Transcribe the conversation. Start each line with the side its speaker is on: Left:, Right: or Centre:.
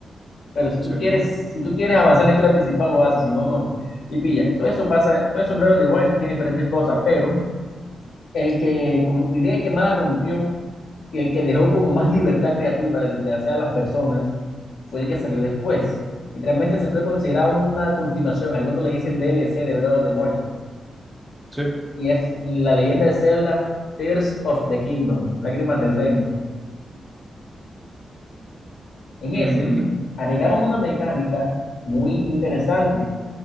Left: Pero si tú
Centre: ¿Cierto?
Left: quieres, si tú quieres avanzar la historia principal, lo haces, si no, no. Y pilla, todo eso pasa, todo el sombrero de Wild tiene diferentes cosas, pero el que, como diría, el que más la rompió y el que dejó como más libertad creativa de, de hacer a las personas fue el que salió después. Y realmente se puede considerar una continuación, algunos le dicen DLC de Breath of the Wild,
Centre: Sí.
Left: y es la leyenda de Zelda, Tears of the Kingdom, Lágrimas del Reino. En
Centre: Ujú,
Left: ese, agregaron una mecánica muy interesante